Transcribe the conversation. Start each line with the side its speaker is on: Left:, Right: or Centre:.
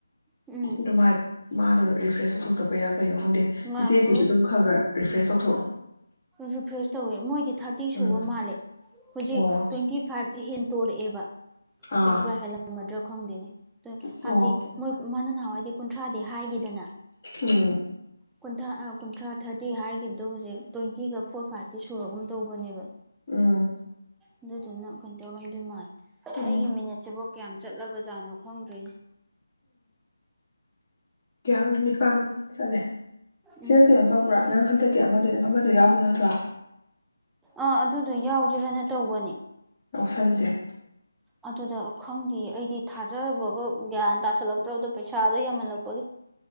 Centre: ꯎꯝ
Left: ꯑꯗꯨꯃꯥꯏꯅ ꯃꯥꯗꯣ ꯔꯤꯐ꯭ꯔꯦꯁ ꯇꯊꯣꯛꯇꯕꯩꯔꯥ ꯀꯩꯅꯣ ꯈꯪꯗꯦ
Centre: ꯉꯥꯏꯈꯣꯍꯦ
Left: ꯏꯆꯦꯒꯤꯁꯨ ꯑꯗꯨꯝ ꯔꯤꯐ꯭ꯔꯦꯁ ꯇꯧꯊꯣꯛꯑꯣ
Centre: ꯔꯤꯐ꯭ꯔꯦꯁ ꯇꯧꯋꯦ ꯃꯣꯏꯗꯤ ꯊꯥꯔꯇꯤ ꯁꯨꯕ
Left: ꯎꯝ
Centre: ꯃꯥꯜꯂꯦ ꯍꯧꯖꯤꯛ
Left: ꯑꯣ
Centre: ꯇ꯭ꯋꯦꯟꯇꯤ ꯐꯥꯏꯚ ꯍꯦꯟꯇꯣꯔꯛ ꯑꯦꯕ
Left: ꯑꯥ
Centre: ꯇ꯭ꯋꯦꯟꯇꯤ ꯐꯥꯏꯚ ꯍꯦꯜꯂꯝꯃꯗ꯭ꯔꯥ ꯈꯪꯗꯦꯅꯦ
Left: ꯑꯣ
Centre: ꯍꯥꯏꯕꯗꯤ ꯃꯣꯏ ꯃꯥꯅ ꯅꯍꯥꯟ ꯋꯥꯏ ꯀꯨꯟꯊ꯭ꯔꯥꯗꯤ ꯍꯥꯏꯈꯤꯗꯅ
Left: ꯎꯝ
Centre: ꯀꯨꯟꯊ꯭ꯔꯥ ꯀꯨꯟꯊ꯭ꯔꯥ ꯊꯥꯔꯇꯤ ꯍꯥꯏꯈꯤꯕꯗꯣ ꯍꯧꯖꯤꯛ ꯇ꯭ꯋꯦꯟꯇꯤꯒ ꯐꯣꯔ ꯐꯥꯏꯚꯇꯤ ꯁꯨꯔꯒꯨꯝ ꯇꯧꯕꯅꯦꯕ
Left: ꯎꯝ
Centre: ꯑꯗꯨꯗꯨ ꯅ ꯀꯩꯅꯣ ꯇꯧꯔꯝ ꯗꯣꯏ ꯃꯥꯜꯂꯦ
Left: ꯎꯝ
Centre: ꯑꯩꯒꯤ ꯃꯤꯅꯠ ꯁꯤꯕꯨ ꯀꯌꯥꯝ ꯆꯠꯂꯕ ꯖꯥꯠꯅꯣ ꯈꯪꯗ꯭ꯔꯦꯅꯦ
Left: ꯎꯝ ꯅꯤꯄꯜ ꯆꯠꯂꯦ ꯁꯤꯅ
Centre: ꯎꯝ
Left: ꯀꯩꯅꯣ ꯇꯧꯕ꯭ꯔꯥ ꯅꯪ ꯍꯟꯗꯛ ꯑꯃꯗꯨꯅꯦ ꯑꯃꯗꯣ ꯌꯥꯎꯗꯣꯏ ꯅꯠꯇ꯭ꯔꯣ
Centre: ꯑꯥ ꯑꯗꯨꯗꯣ ꯌꯥꯎꯁꯤꯔꯅ ꯇꯧꯕꯅꯦ
Left: ꯌꯎꯁꯟꯁꯦ
Centre: ꯑꯗꯨꯗ ꯈꯪꯗꯦ ꯑꯩꯗꯤ ꯊꯥꯖꯕꯒ ꯒ꯭ꯌꯥꯟ ꯇꯥꯥꯁꯜꯂꯛꯇ꯭ꯔꯕꯗꯣ ꯄꯩꯁꯥꯗꯣ ꯌꯥꯝꯍꯜꯂꯛꯄꯒꯤ